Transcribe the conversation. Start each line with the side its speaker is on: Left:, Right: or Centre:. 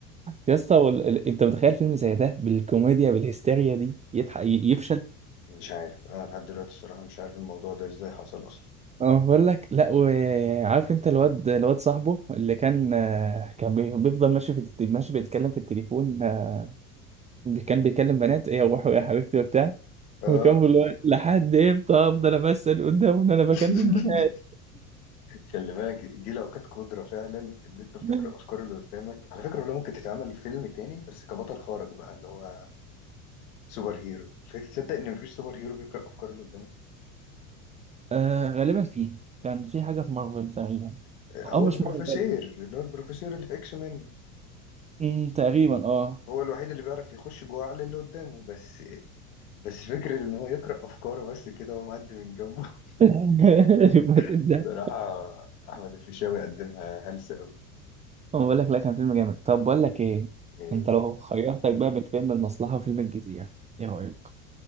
Right: يا اسطى وال... ال... انت متخيل فيلم زي ده بالكوميديا بالهستيريا دي يضحك ي- يفشل
Left: مش عارف انا لحد دلوقتي الصراحه مش عارف الموضوع ده ازاي حصل اصلا
Right: اه بقول لك لا وعارف انت الواد الواد صاحبه اللي كان آه، كان بي- بيفضل ماشي في الت- ماشي بيتكلم في التليفون آه، كان بيكلم بنات ايه يا روحي يا حبيبتي وبتاع
Left: اه
Right: وكان بيقول له لحد امتى افضل امثل قدامه ان انا بكلم
Left: <laughs>
Right: بنات
Left: خلي بالك دي لو كانت قدرة فعلا إن أنت بتقرأ
Right: <laughs>
Left: أفكار اللي قدامك على فكرة والله ممكن تتعمل فيلم تاني بس كبطل خارق بقى اللي هو سوبر هيرو فك- تصدق إن مفيش سوبر هيرو بيقرأ أفكار اللي قدامه
Right: آه غالبا فيه كان في حاجة في مارفل تقريبا
Left: هو
Right: أو مش
Left: البروفيسور
Right: مارفل
Left: اللي هو البروفيسور اللي في إكس مان
Right: مم، تقريبا اه
Left: هو الوحيد اللي بيعرف يخش جوه عقل اللي قدامه بس بس فكرة إن هو يقرأ أفكاره بس كده وهو معدي من جنبه
Right: <laughs> يبقى ده
Left: <laughs> صراحة أحمد الفيشاوي قدمها هلسة أوي
Right: أنا بقول لك لا كان فيلم جامد طب بقول لك ايه
Left: إيه.
Right: انت لو خيرتك بقى بين فيلم المصلحة وفيلم الجزيرة ايه رأيك؟